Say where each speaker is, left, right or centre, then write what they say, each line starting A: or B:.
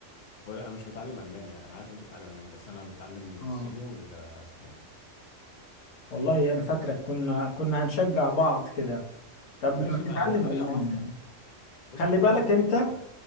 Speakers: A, on the left; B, on the left.
A: هو لا أنا مش بتعلم ألماني أنا عارف أنت بتتعلم ألماني بس أنا بتعلم الصيني
B: اه
A: والأسباني
B: والله انا فاكرك كنا كنا هنشجع بعض كده قبل
A: ماشي
B: ما
A: ما
B: تتعلم
A: هي طريقة
B: الماني
A: واحدة
B: يعني.
A: بص
B: خلي
A: اتريت
B: بالك انت
A: تع-